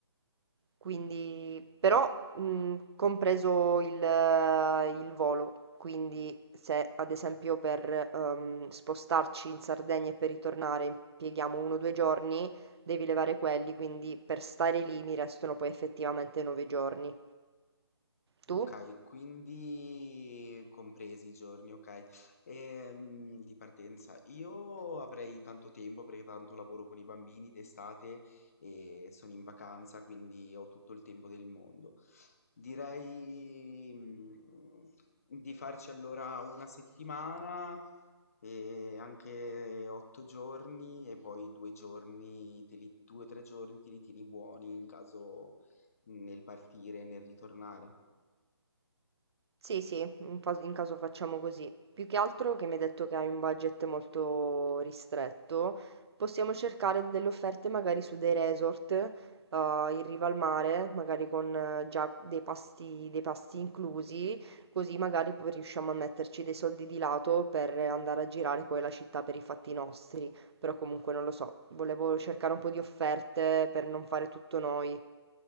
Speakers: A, on the right (about 70°); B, on the left (about 35°).
A: quindi però mh, compreso il, eh, il volo, quindi se ad esempio per ehm, spostarci in Sardegna e per ritornare impieghiamo uno o due giorni, devi levare quelli, quindi per stare lì mi restano poi effettivamente 9 giorni. Tu?
B: Okay, quindi compresi i giorni, okay. Ehm, di partenza, io avrei tanto tempo perché tanto lavoro con i bambini d'estate e sono in vacanza, quindi ho tutto il tempo del mondo. Direi, mhmm, di farci allora una settimana e anche 8 giorni e poi 2 giorni te li 2 o 3 giorni te li tieni buoni in caso mhmm, nel partire e nel ritornare.
A: Sì, sì, in fas- in caso facciamo così. Più che altro che mi hai detto che hai un budget molto ristretto, possiamo cercare delle offerte magari su dei resort eh, in riva al mare, magari con eh, già dei pasti, dei pasti inclusi, così magari poi riusciamo a metterci dei soldi di lato per andare a girare poi la città per i fatti nostri. Però comunque non lo so, volevo cercare un po' di offerte per non fare tutto noi.